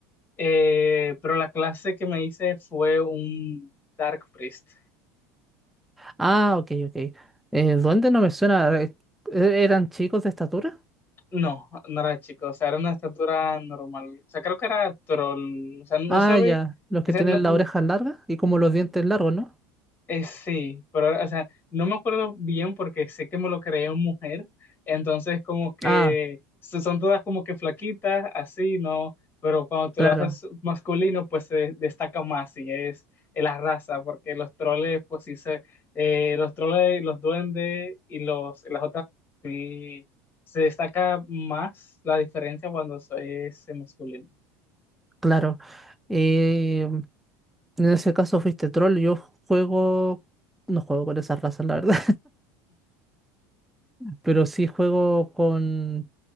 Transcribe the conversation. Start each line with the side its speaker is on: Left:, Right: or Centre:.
Left: Eh, pero la clase que me hice fue un Dark Priest.
Centre: Ah, ok, ok. Eh, ¿duende no me suena? Eh, ¿e-, ¿Eran chicos de estatura?
Left: No, no era chico, o sea, era una estatura normal. O sea, creo que era troll. O sea, no
Centre: Ah,
Left: sabía.
Centre: ya. Los
Left: O
Centre: que
Left: sea,
Centre: tienen
Left: no.
Centre: las orejas largas y como los dientes largos, ¿no?
Left: Eh, sí, pero, ahora, o sea, no me acuerdo bien porque sé que me lo creé en mujer, entonces como que
Centre: Ah,
Left: so- son todas como que flaquitas, así, ¿no? Pero cuando tú
Centre: claro,
Left: lo haces masculino, pues se destaca más y es eh, la raza, porque los troles, pues sí se, eh, los troles, los duendes y los, las otras, sí, se destaca más la diferencia cuando se- es eh, masculino.
Centre: claro. Eh, en ese caso fuiste troll. Yo juego... No juego con esas razas, la verdad. Pero sí juego con,